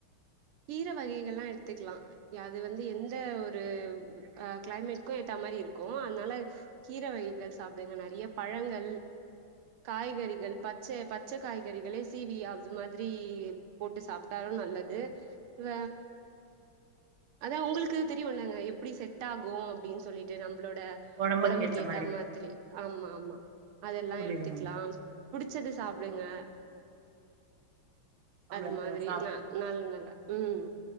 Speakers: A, on the right (about 85°); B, on the right (about 55°).
A: கீர வகைகள்லா எடுத்துக்கலா அது வந்து எந்த ஒரு அ கிளைமேட்கு ஏத்த மாரி இருக்கு அதுனால கீர வகைகள் சாப்டுங்க நறைய பழங்கள் காய்கறிகள் பச்ச பச்ச காய்கறிகளே சீவி அது மாதிரி போட்டு சாப்ட்டாலு நல்லது இவ அதா உங்களுக்கு தெரியுலங்க எப்புடி செட்டாகு அப்டின் சொல்லிட்டு நம்பளோட
B: ஒடம்புக்கு
A: ஒடம்புக்கேத்தா
B: ஏத்த மாரி
A: மாதிரி ஆமாமா அதெல்லா
B: புரியுது
A: எடுத்துக்லாம்
B: மேம்
A: புடிச்சது சாப்டுங்க
B: நம்மளுக்கு
A: அது மாதிரி
B: சா
A: நா நல் நல்லா ம்